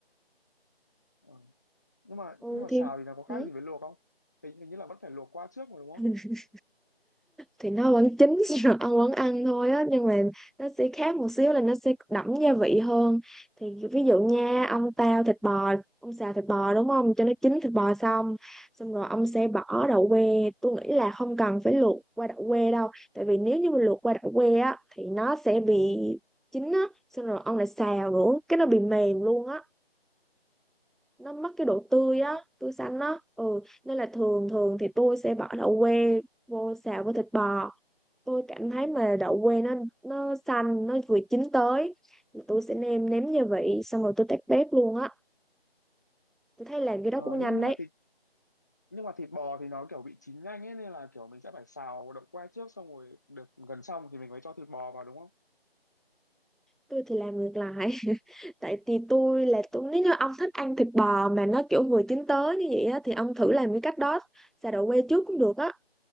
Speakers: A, on the left; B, in the centre.
A: Ờ. nhưng mà
B: Ừ
A: nhưng mà
B: thì
A: xào thì nó có khác
B: ừ.
A: gì với luộc không hình, hình như là vẫn phải luộc qua trước mà đúng không
B: <laughs> thì nó vẫn chín <laughs> rồi ăn vẫn ăn thôi á nhưng mà nó sẽ khác một xíu là nó sẽ đậm gia vị hơn thì ví dụ nha ông tao thịt bò ông xào thịt bò đúng không cho nó chín thịt bò xong xong rồi ông sẽ bỏ đậu que tôi nghĩ là không cần phải luộc qua đậu que đâu tại vì nếu như mà luộc qua đậu que á thì nó sẽ bị chín á xong rồi ông lại xào nữa cái nó bị mềm luôn á nó mất cái độ tươi
A: ờ,
B: á tươi xanh á ừ nên là thường thường thì tôi sẽ bỏ đậu que vô xào với thịt bò tôi cảm thấy mà đậu que nó nó xanh nó vừa chín tới thì tôi sẽ nêm nếm gia vị xong rồi tôi tắt bếp luôn á tôi thấy làm cái đó
A: ờ,
B: cũng nhanh
A: nhưng, nhưng
B: đấy
A: mà thịt nhưng mà thịt bò thì nó kiểu bị chín nhanh ấy nên là kiểu mình sẽ phải xào đậu que trước xong rồi được gần xong thì mình mới cho thịt bò vào đúng không
B: tôi thì làm ngược lại <laughs> tại vì tôi là tôi nếu như ông thích ăn thịt bò mà nó kiểu vừa chín tới như vậy á thì ông thử làm cái cách đó xào đậu que trước cũng được á